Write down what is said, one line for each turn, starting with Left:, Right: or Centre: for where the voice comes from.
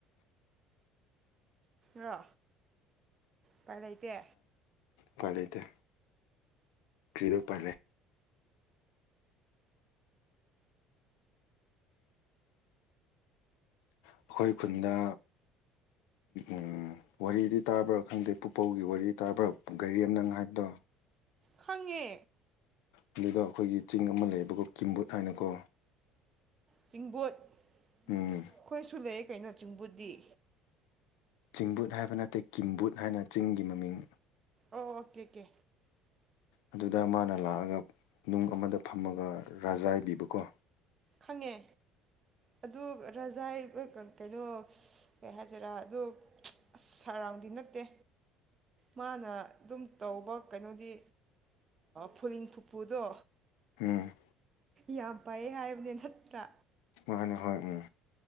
Right: ꯅꯣ ꯀꯥꯏ ꯂꯩꯇꯦ
Left: ꯀꯣꯏ ꯂꯩꯇ ꯀ꯭ꯔꯤꯗ ꯄꯦ ꯑꯩꯈꯣꯏ ꯈꯨꯟꯗ ꯎ ꯋꯥꯔꯤꯗꯤ ꯇꯥꯕ꯭ꯔꯥ ꯈꯪꯗꯦ ꯄꯨꯄꯧꯒꯤ ꯋꯥꯔꯤ ꯇꯥꯕ꯭ꯔꯥ ꯒꯥꯥꯏꯔꯤꯦꯝ ꯅꯪ ꯍꯥꯏꯕꯗꯣ
Right: ꯈꯪꯉꯦ
Left: ꯑꯗꯨꯗ ꯑꯩꯈꯣꯏꯒꯤ ꯆꯤꯡ ꯑꯃ ꯂꯩꯌꯦꯕꯀꯣ ꯀꯤꯝꯕꯨꯠ ꯍꯥꯏꯅꯀꯣ
Right: ꯆꯤꯡꯕꯨꯠ ꯑꯩꯈꯣꯏꯁꯨ
Left: ꯎꯝ
Right: ꯂꯩ ꯀꯩꯅꯣ ꯆꯤꯡꯕꯨꯠꯗꯤꯤ
Left: ꯆꯤꯡꯕꯨꯠ ꯍꯥꯏꯕ ꯅꯠꯇꯦ ꯀꯤꯝꯕꯨꯠ ꯍꯥꯏꯅ ꯆꯤꯡꯒꯤ ꯃꯃꯤꯡ
Right: ꯑꯣ ꯑꯣꯀꯦ ꯑꯣꯀꯦ
Left: ꯑꯗꯨꯗ ꯃꯥꯅ ꯂꯥꯛꯑꯒ ꯅꯨꯡ ꯑꯃꯗ ꯐꯝꯃꯒ ꯔꯥꯖꯥ ꯏꯕꯤꯕꯀꯣ
Right: ꯈꯪꯉꯦ ꯑꯗꯨ ꯔꯖꯥꯏ ꯀꯩꯅꯣ ꯀꯩ ꯍꯥꯏꯁꯤꯔꯥ ꯑꯗꯨ ꯁꯔꯥꯎꯟꯗꯤ ꯅꯠꯇꯦ ꯃꯥꯅ ꯑꯗꯨꯝ ꯇꯧꯕ ꯀꯩꯅꯣꯗꯤ ꯐꯨꯔꯤꯡ ꯐꯨꯐꯨꯗꯣ
Left: ꯎꯝ
Right: ꯌꯥꯝ ꯐꯩꯌꯦ ꯍꯥꯏꯕꯅꯦ ꯅꯠꯇ꯭ꯔꯥ
Left: ꯃ ꯍꯅꯦ ꯍꯣꯏ ꯎꯝ